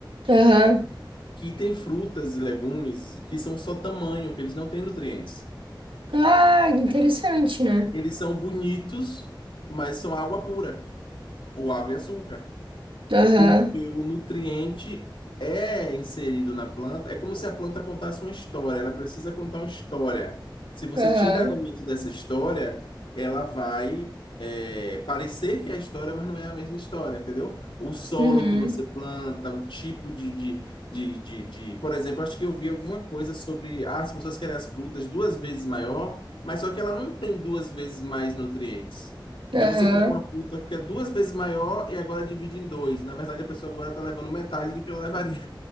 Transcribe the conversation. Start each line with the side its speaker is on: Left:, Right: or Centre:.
Right: Aham.
Left: Que tem frutas e legumes que são só tamanho, que eles não têm nutrientes.
Right: Ah, interessante, né?
Left: Eles são bonitos, mas são água pura, ou água e açúcar.
Right: Aham.
Left: Porque o nutriente é inserido na planta, é como se a planta contasse uma história, ela precisa contar uma história. Se você
Right: Aham.
Left: tira elemento dessa história, ela vai é, parecer que é a história, mas não é a mesma história, entendeu? O solo
Right: Uhum.
Left: que você planta, o tipo de, de, de, de, de- Por exemplo, acho que eu vi alguma coisa sobre. Ah, as pessoas querem as frutas duas vezes maior, mas só que ela não tem duas vezes mais nutrientes.
Right: Aham.
Left: Então você pega uma fruta que é duas vezes maior e agora divide em dois. Na verdade, a pessoa agora está levando metade do que ela levaria.